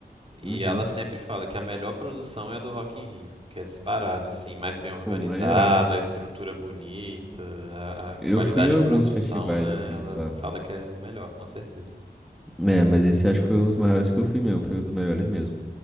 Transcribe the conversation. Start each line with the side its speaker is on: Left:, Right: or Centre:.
Right: e
Centre: Uhum.
Right: ela sempre fala que a melhor produção é a do Rock in Rio, que é disparado, assim, mais bem organizado,
Centre: Pô, maneiraço.
Right: a estrutura bonita, a, a
Centre: Eu
Right: qualidade
Centre: fui em alguns
Right: de produção,
Centre: festivais,
Right: né?
Centre: assim,
Right: Ela
Centre: só.
Right: fala que é o melhor, com certeza.
Centre: É, mas esse acho que foi um dos maiores que eu fui mesmo, foi um dos melhores mesmo.